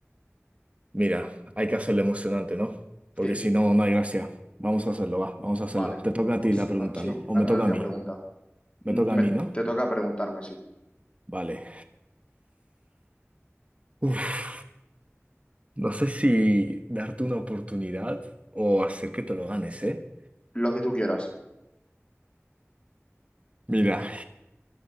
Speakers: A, on the right (about 30°); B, on the left (about 25°).
A: Mira, hay que hacerlo emocionante, ¿no? Porque
B: Sí,
A: si no, no hay gracia. Vamos a hacerlo, va, vamos a
B: vale.
A: hacerlo. Te toca a
B: Pues
A: ti la pregunta,
B: ah, sí,
A: ¿no? O
B: hazme
A: me toca
B: la última
A: a mí.
B: pregunta. Mm,
A: Me toca
B: me-
A: a mí, ¿no?
B: te toca preguntarme, sí.
A: Vale. Uf, no sé si darte una oportunidad o hacer que te lo ganes, ¿eh?
B: Lo que tú quieras.
A: Mira,